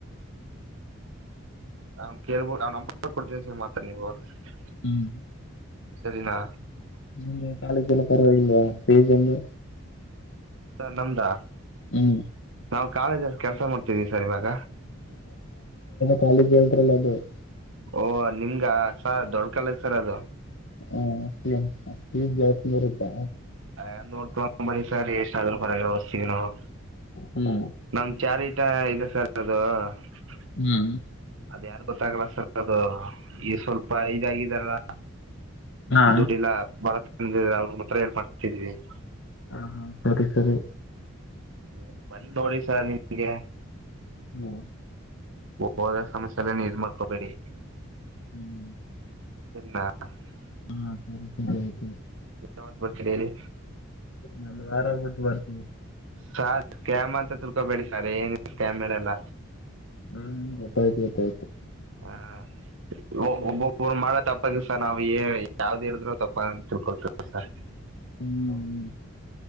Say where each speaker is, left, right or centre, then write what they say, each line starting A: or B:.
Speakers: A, on the right; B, on the left.
A: <inaudible> ಕೇಳ್ಬು ನಂಬ ಕೊಡತ ಸಮ ತನಿವ <unintelligible>
B: ಹ್ಮ್ <unintelligible>
A: ಸರಿನಾ
B: ನಿಗೆ <unintelligible> ಕಾಲೇಜು ಲ್ಲ ಪರವಾಗಿಲ್ವಾ ಫೇಜ್ಂದು
A: ಸರ್ ನಮ್ದಾ
B: ಹ್ಮ್
A: ನಾವು ಕಾಲೇಜಲ್ಲಿ ಕೆಲ್ಸ ಮಾಡ್ತೀವಿ ಸರ್ ಇವಾಗ
B: ಕಾಲಿಿಕೇಲ್ಟಲದು <unintelligible>
A: ಓಹ ನಿಮ್ಗ ಸರ ದೊಡ್ ಕಾಲಜು ಸರ್ ಅದು
B: ಹ್ಮ ಫೀಸ್ ಜಾಸ್ತಿ ಬರುತ್ತಾ
A: ಅನ್ ನೋಡ್ಕೊಂಬನ್ನಿ ಸರ್ ಎಷ್ಟಾದ್ರರು ಪರವಾಗಿಲ್ಲ ವೋದುಸ್ತಿವಿ ನಾವು
B: ಹ್ಮ್
A: ನಮ ಚಾರಿಟ ಇದೆ ಸರ್ ವಾ <unintelligible>
B: ಹ್ಮ್
A: ಅದ ಯಾರ್ು ಗೊತ್ತಾಗಲ್ಲ ಸರ್ ಅದು ಈ ಸ್ವಲ್ಪ ಇದಾಗಿದಾರಲ್ಲ
B: ಹಾ
A: ಡುಡಿಲ್ಲ ಬರ <unintelligible> ಹತ್ರ ಏರ್ಪಡ್ತಿದ್ವಿ <unintelligible>
B: ಹಾ ಹಾ ಸರಿ ಸರಿ
A: ಹ್ಮ ಬಂದ ನೋಡಿ ಸರ್ ನಿಮ್ಗೆ
B: ಹ್ಮ್
A: ಹೋದಾಗ ಸಮಸ್ಯೆಲ್ಲನ ಇದ ಮಾಡ್ಕೊಬೇಡಿ
B: ಹ್ಞ <unintelligible>
A: ಸರಿಾ <unintelligible>
B: ಹಾ ಸರಿ ಸರಿ ಆಯ್ತು
A: ಾವತ್ ಬರ್ತೀರಿಲ್ಲಿ
B: ನಾನು ವಾರ ಬಿಟ್ಟು ಬರ್ತೀನಿ
A: ಸ ಸ್ಕ್ಯಾಮ್ ಅಂತ ತಿರ್ಕೋಬೇಡಿ ಸರ್ ಏನ್ ಸ್ಕ್ಯಾಮ್ ಅಲ್ಲ
B: ಹ್ಮ್ ಗೊತ್ತಾಯ್ತು ಗೊತ್ತಾಯ್ತು
A: ಹಾ
B: ಹ್ಮ್
A: ಒಬ್ಬೊೊರು ಮಳೆ ತಪ್ಪದು ಸರ್ ನಾ ಅವೇ <unintelligible> ಯಾವ್ದು ಹೇಳಿದ್ರು ತಪ್ಪ ತಿಳ್ಕೊಳ್ತರ ಸರ್
B: ಹ್ಮ್ ಹ್ಮ್